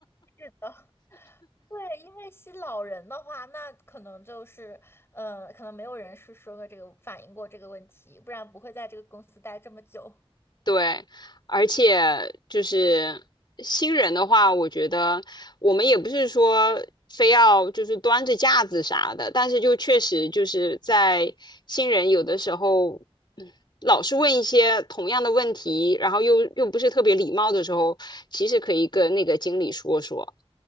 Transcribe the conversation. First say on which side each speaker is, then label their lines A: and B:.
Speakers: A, on the left; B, on the left.
A: 是的。对，因为吸老人的话，那可能就是，呃，可能没有人是说过这个反映过这个问题，不然不会在这个公司待这么久。
B: 对，而且就是新人的话，我觉得我们也不是说非要就是端着架子啥的，但是就确实就是在新人有的时候，嗯老是问一些同样的问题，然后又又不是特别礼貌的时候，其实可以跟那个经理说说。